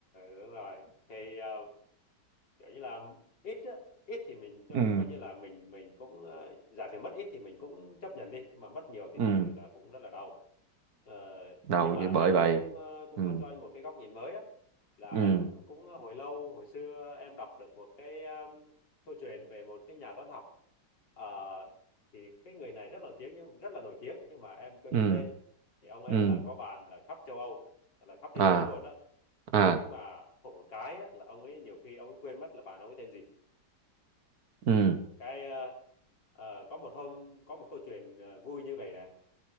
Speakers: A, on the left; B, on the right.
A: đúng rồi, thì ờ, kiểu như là ít á, ít thì mình cho
B: <laughs> ừ.
A: coi như là mình mình cũng ờ, giả sử mất ít thì mình cũng chấp nhận đi nhưng mà mất nhiều thì
B: ừ.
A: thật sự là cũng rất là đau Ờ,
B: đau
A: nhưng mà
B: chứ bởi
A: em em
B: vậy
A: cũng ờ, cũng
B: ừ.
A: muốn cho anh một cái góc nhìn mới á là
B: Ừ.
A: em cũng hồi lâu hồi xưa em đọc được một cái um, câu chuyện về một cái nhà toán học Ờ, thì cái người này rất là nổi tiếng nhưng rất là nổi tiếng nhưng mà em quên
B: Ừ.
A: mất tên thì ông ấy
B: Ừ.
A: là có bạn là khắp châu Âu là khắp thế
B: à
A: giới luôn á
B: à
A: nhưng mà khổ một cái á, là ông ấy nhiều khi ông ấy quên mất là bạn ông ấy tên gì
B: ừ.
A: cái ờ, ờ, có một hôm có một câu chuyện ờ, vui như vậy này